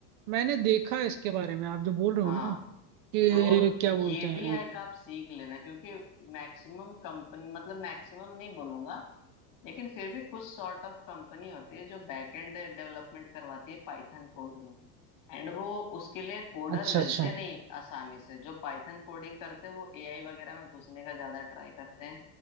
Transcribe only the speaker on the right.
मैंने देखा इसके बारे में आप जो बोल रहे
हो ना कि
क्या बोलते
हैं
अच्छा
अच्छा